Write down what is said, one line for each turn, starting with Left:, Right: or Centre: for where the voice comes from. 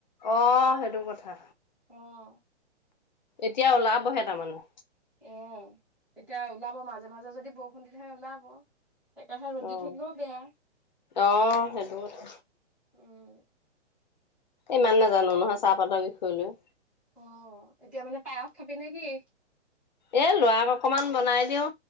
Left: অ', সেইটো কথা
Centre: অ',।
Left: এতিয়া ওলাবহে তাৰ মানে।
Centre: আহ এতিয়া ওলাব মাজে মাজে যদি বৰষুণ দি থাকে ওলাব। একেষে ৰ'দদি
Left: অ'।
Centre: থাকিলেও বেয়া।
Left: অ', সেইটো কথা
Centre: অ',।
Left: ইমান নোজানো নহয় চাহপাতৰ বিষয় লৈ।
Centre: অ', এতিয়া মানে পায়স খাবি নে কি?
Left: এ লৰাক অকনমান বনাই দিও